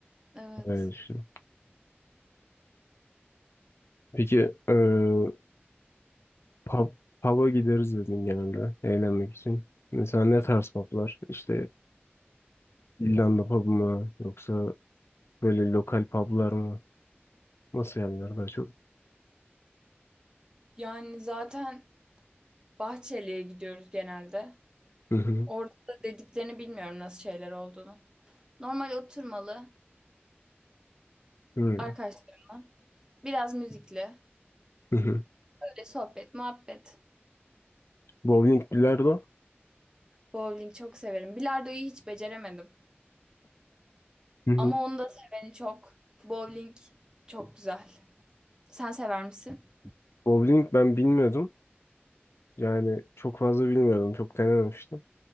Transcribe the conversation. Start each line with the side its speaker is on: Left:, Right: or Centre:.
Right: Evet.
Left: Öyle düşünüyorum. Peki eee pub, pub'a gideriz dedin genelde eğlenmek için. Mesela ne tarz pub'lar? İşte İrlanda pub mı? Yoksa böyle lokal pub'lar mı? Nasıl yerler daha çok?
Right: Yani zaten Bahçeli'ye gidiyoruz genelde.
Left: Hı hı.
Right: Orada da dediklerini bilmiyorum nasıl şeyler olduğunu. Normal oturmalı
Left: Hı
Right: arkadaşlarımla. Biraz müzikli.
Left: hı.
Right: Böyle sohbet, muhabbet.
Left: Bowling bilardo.
Right: Bowling çok severim. Bilardoyu hiç beceremedim.
Left: Hı hı.
Right: Ama onu da seveni çok. Bowling çok güzel. Sen sever misin?
Left: Bowling ben bilmiyordum. Yani çok fazla bilmiyordum. Çok denememiştim.